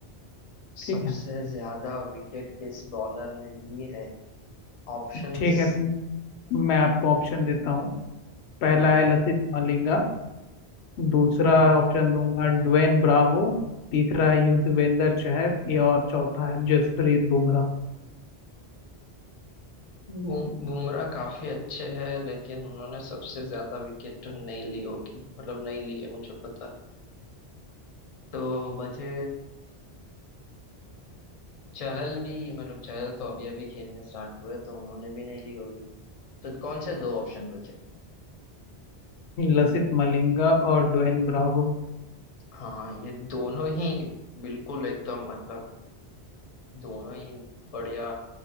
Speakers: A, on the left (about 80°); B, on the left (about 40°).
A: ठीक
B: सबसे
A: है
B: ज्यादा विकेट किस बॉलर ने ली है ऑप्शंस
A: ठीक है तो मैं आपको ऑप्शन देता हूँ पहला
B: हाँ
A: है लसित मलिंगा दूसरा
B: हाँ
A: ऑप्शन दूंगा ड्वेन ब्रावो तीसरा है युजवेंद्र चहल ये और चौथा है जसप्रीत बुमराह
B: बुम बुमराह काफी अच्छे हैं लेकिन उन्होंने सबसे ज्यादा विकेट तो नहीं ली होगी मतलब नहीं ली है मुझे पता है तो बचे चहल भी मतलब चहल तो अभी अभी खेलने स्टार्ट हुए तो उन्होंने भी नहीं ली होगी तो कौन से दो ऑप्शन बचे
A: लसित मलिंगा और ड्वेन ब्रावो
B: हाँ ये दोनों ही बिल्कुल एकदम मतलब दोनों ही बढ़िया